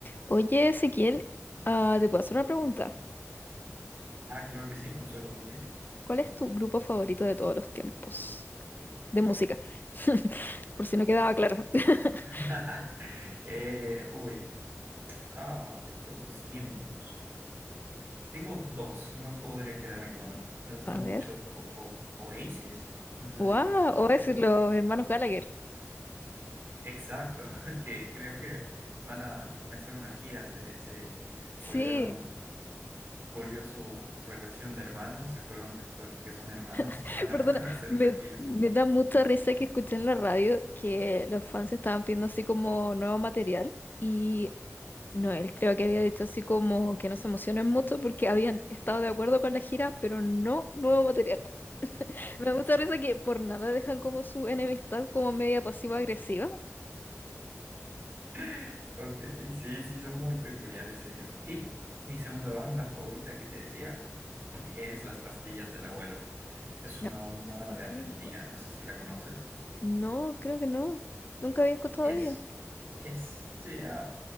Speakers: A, on the left; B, on the right.
A: Oye, Ezequiel, ah, te puedo hacer una pregunta.
B: Ah, claro que sí, Consuelo, dime.
A: ¿Cuál es tu grupo favorito de todos los tiempos? De música. <laughs> Por si no quedaba claro. <laughs>
B: <laughs> Eh, uy, ah, de todos los tiempos. Tengo dos, no podría quedarme con uno. Me gusta
A: A
B: mucho
A: ver.
B: O- O- Oasis, no sé
A: ¡Wow!
B: si lo
A: O
B: conoces.
A: decir los hermanos Gallagher.
B: Exacto, <laughs> que creo que van a comenzar una gira, se, se
A: Sí,
B: volvieron, volvió su relación de hermanos, se acordaron que, fue- que son hermanos
A: <laughs>
B: y van
A: perdona,
B: a, <laughs> van a hacer
A: me,
B: una gira.
A: me da mucha risa que escuché en la radio que los fans estaban pidiendo así como nuevo material y Noel creo que había dicho así como que no se emocionen mucho porque habían estado de acuerdo con la gira, pero no nuevo material. Me gusta risa que por nada dejan como su enemistad como media pasiva-agresiva.
B: <laughs> Ok, sí, sí, son muy peculiares ellos. Y mi segunda banda favorita que te decía. es Las Pastillas del Abuelo. Es
A: No,
B: una banda
A: las pastillas
B: de Argentina,
A: de la abuela.
B: no sé si la conoces.
A: No, creo que no. Nunca había escuchado
B: Es,
A: de ella.
B: es, sería